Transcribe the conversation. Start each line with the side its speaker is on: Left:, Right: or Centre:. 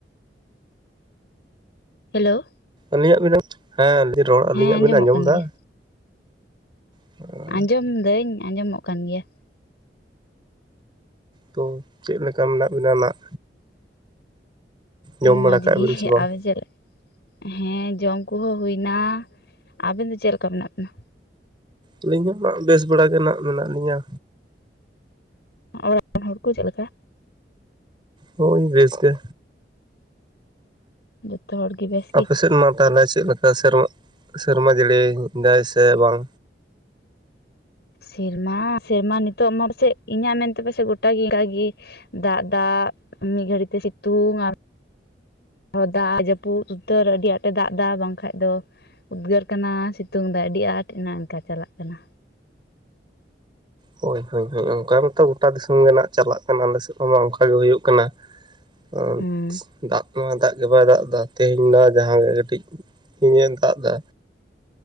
Left: ᱦᱮᱞᱳ᱾
Right: ᱟᱹᱞᱤᱧᱟᱜ ᱵᱤᱱ᱾ ᱦᱮᱸᱧ ᱨᱚᱲ ᱟᱹᱞᱤᱧᱟᱜ
Left: ᱦᱮᱸ ᱟᱸᱡᱚᱢᱚᱜ
Right: ᱵᱤᱱ ᱟᱸᱡᱚᱢ
Left: ᱠᱟᱱ
Right: ᱮᱫᱟ?
Left: ᱜᱮᱭᱟ
Right: <inaudible>
Left: ᱟᱸᱡᱚᱢ ᱫᱟᱹᱧ ᱟᱸᱡᱚᱢᱚᱜ ᱠᱟᱱ ᱜᱮᱭᱟ᱾
Right: ᱛᱚ ᱪᱮᱫ ᱞᱮᱠᱟ ᱢᱮᱱᱟᱜ ᱵᱤᱱᱟ ᱱᱟᱜ? ᱡᱚᱢ
Left: ᱢᱚᱡᱽ
Right: ᱵᱟᱲᱟ ᱠᱟᱜ
Left: ᱜᱮ
Right: ᱵᱤᱱ ᱥᱮ ᱵᱟᱝ
Left: ᱟᱫᱚ ᱪᱮᱫ ᱞᱮᱠᱟ? ᱦᱮᱸ ᱡᱚᱢ ᱠᱚᱦᱚᱸ ᱦᱩᱭᱱᱟ᱾ ᱟᱵᱮᱱ ᱫᱚ ᱪᱮᱫ ᱞᱮᱠᱟ ᱢᱮᱱᱟᱜ ᱵᱮᱱᱟ?
Right: ᱟᱹᱞᱤᱧ ᱦᱚᱸ ᱱᱟᱦᱜ ᱵᱮᱥ ᱵᱟᱲᱟ ᱜᱮ ᱱᱟᱜ ᱢᱮᱱᱟᱜ ᱞᱤᱧᱟᱹ᱾
Left: ᱚᱲᱟᱜ <inaudible> ᱦᱚᱲ ᱠᱚ ᱪᱮᱫᱮ ᱞᱮᱠᱟ?
Right: ᱦᱳᱭ ᱵᱮᱥ ᱜᱮ᱾
Left: ᱡᱚᱛᱚ ᱦᱚᱲᱜᱮ ᱵᱮᱥ
Right: ᱟᱯᱮᱥᱮᱫ
Left: ᱜᱮ
Right: ᱢᱟ ᱛᱟᱦᱞᱮ ᱪᱮᱫ ᱞᱮᱠᱟ ᱥᱮᱨᱢᱟ ᱥᱮᱨᱢᱟ ᱡᱟᱹᱲᱤᱭ ᱫᱟᱭ ᱥᱮ ᱵᱟᱝ?
Left: ᱥᱮᱨᱢᱟ ᱥᱮᱨᱢᱟ ᱱᱤᱛᱚᱜ ᱢᱟᱲ ᱥᱮᱫ ᱤᱧᱟᱹᱜ ᱢᱮᱱᱛᱮ ᱯᱟᱥᱮᱡ ᱜᱚᱴᱟ ᱜᱮ ᱚᱱᱠᱟ ᱜᱮ ᱫᱟᱜ ᱫᱟᱜ ᱢᱤᱫ ᱜᱷᱟᱹᱲᱤᱛᱮ ᱥᱤᱛᱩᱝ ᱟᱨ ᱦᱚᱸ ᱫᱟᱜ ᱡᱟᱹᱯᱩᱫ ᱩᱛᱟᱹᱨ ᱟᱹᱰᱤ ᱟᱸᱴᱮ ᱫᱟᱜ ᱮᱫᱟ ᱵᱟᱝᱠᱷᱟᱡ ᱫᱚ ᱩᱫᱽᱜᱟᱹᱨ ᱠᱟᱱᱟ ᱥᱤᱛᱩᱝ ᱫᱟᱭ ᱟᱹᱰᱤ ᱟᱸᱴ ᱮᱱᱟ ᱚᱝᱠᱟ ᱪᱟᱞᱟᱜ ᱠᱟᱱᱟ᱾
Right: ᱦᱳᱭ ᱦᱳᱭ ᱦᱳᱭ ᱚᱱᱠᱟ ᱢᱟᱛᱚ ᱜᱚᱴᱟ ᱫᱤᱥᱚᱢ ᱜᱮ ᱱᱟᱦᱜ ᱪᱟᱞᱟᱜ ᱠᱟᱱᱟ ᱟᱞᱮ ᱥᱮᱫ ᱦᱚᱸᱢᱟ ᱚᱱᱠᱟ ᱜᱮ ᱦᱩᱭᱩᱜ ᱠᱟᱱᱟ᱾ <unintelligible>
Left: ᱦᱮᱸ
Right: ᱫᱟᱜ ᱱᱚᱣᱟ ᱫᱟᱜ ᱜᱮ ᱵᱟᱭ ᱫᱟᱜ ᱮᱫᱟ ᱛᱮᱦᱮᱧ ᱱᱚᱣᱟ ᱡᱟᱦᱟᱸᱜᱮ ᱠᱟᱹᱴᱤᱡ ᱛᱤᱦᱤᱧᱮ ᱫᱟᱜ ᱮᱫᱟ᱾